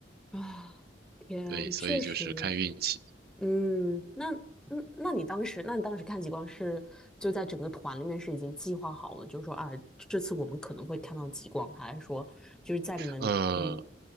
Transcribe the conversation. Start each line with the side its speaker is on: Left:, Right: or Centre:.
Centre: 啊，天，
Right: 对，所以就是看运气。
Centre: 确实，嗯，那嗯，那你当时，那你当时看极光是就在整个团里面是已经计划好了，就是说啊，这次我们可能会看到极光，还是说就是在你们嗯
Right: 呃，